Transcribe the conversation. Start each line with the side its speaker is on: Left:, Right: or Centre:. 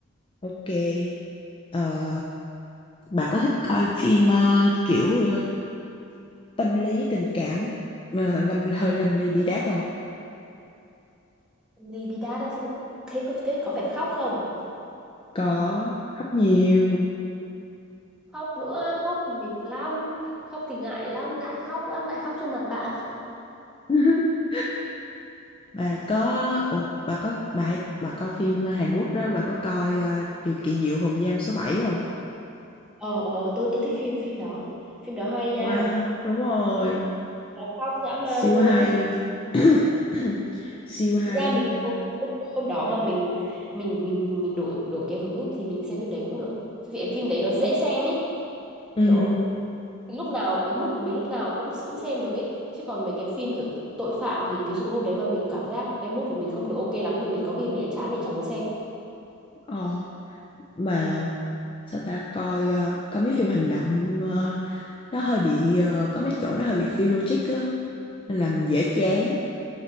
Left: Ok. Ờ, bà có thích coi phim ờ, kiểu ờ, tâm lý tình cảm mà lâm hơi lâm ly bi đát không?
Centre: Libida đã xong thế có thế có phải khóc không
Left: Có khóc nhiều.
Centre: khóc nữa khóc thì mình lắm khóc thì ngại lắm ngại khóc lắm ngại khóc trước mặt bạn
Left: <laughs> Bà có ồ, bà có bà hay- bà coi phim ờ, Hàn Quốc đó, bà có coi ờ, Điều kỳ diệu phòng giam số bảy không?
Centre: ờ ờ tôi tôi thích phim phim đó phim đó hay nha
Left: Wow, đúng rồi.
Centre: nó khóc dã man
Left: Siêu
Centre: luôn
Left: hay. <coughs> Siêu hay
Centre: Thực ra mình
Left: luôn.
Centre: hôm, hôm hôm đó mà mình mình mình mình mình đổi đổi cái hứng ấy, thì mình xem phim đấy cũng được vì phim đấy nó dễ xem ấy
Left: Ừ,
Centre: kiểu lúc nào cái mood của mình lúc nào cũng cũng xem được ấy chứ còn mấy cái phim kiểu tội phạm thì ví dụ hôm đấy mà mình cảm giác cái mood của mình không được ok lắm thì mình có khi mình sẽ chán mình chẳng muốn xem
Left: ờ mà sao ta coi ờ, coi mấy phim hành động ờ, nó hơi bị ờ, có mấy chỗ nó hơi bị phi logic á nên là mình dễ chán